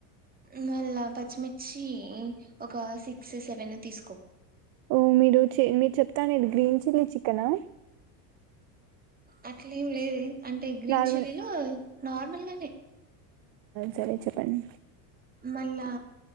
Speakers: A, on the right; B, on the right.
A: మ్మ్ మళ్ళ పచ్చిమి ర్చి ఒక సిక్స్, సెవెనో తీసుకో
B: ఓ మీరు మీరు చెప్ తనేది గ్రీన్ చిల్లి చికెనా
A: అట్లేం లేదు అంటే గ్రీన్
B: నార్మల్
A: చిల్లీలో నార్మల్ గానే
B: సరే చెప్పండి
A: మళ్ళా